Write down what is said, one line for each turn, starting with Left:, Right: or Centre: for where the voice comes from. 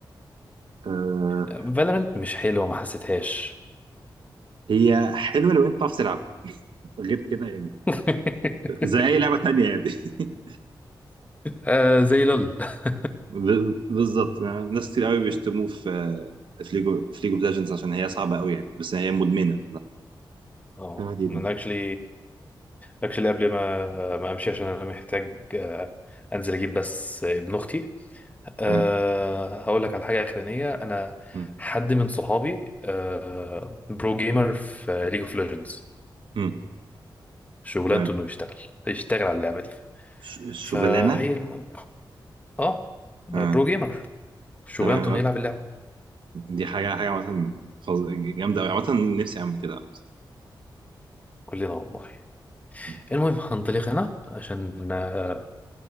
Right: آه
Left: فالورنت مش حلوه ما حسيتهاش
Right: هي حلوه لو انت بتعرف تلعب غير كده يعني
Left: <laughs>
Right: زي اي لعبه تانية يعني <laughs>
Left: آه زي لول <laughs>
Right: ب- بالظبط آه، ناس كتير قوي بيشتموه في آه، في ليجو في ليج اوف ليجندز عشان هي صعبه قوي يعني بس هي مدمنه
Left: اه
Right: جامد جدا
Left: انا اكشلي اكشلي قبل ما ما امشي عشان انا محتاج آه، انزل اجيب بس ابن اختي أه
Right: تمام
Left: هقول لك على حاجه اخرانيه انا
Right: مم.
Left: حد من صحابي أه برو جيمر في ليج اوف ليجندز
Right: مم.
Left: شغلانته
Right: تمام
Left: انه يشتغل يشتغل على اللعبه دي
Right: الش- الشغلانه
Left: فهي الم... اه برو
Right: اه
Left: جيمر شغلانته
Right: تمام
Left: انه
Right: آه.
Left: يلعب اللعبه
Right: دي حاجه حاجه مثلا فظ- جامده قوي عامه نفسي اعمل كده مثلا
Left: كلنا والله
Right: مم.
Left: المهم هنطلق هنا عشان آه،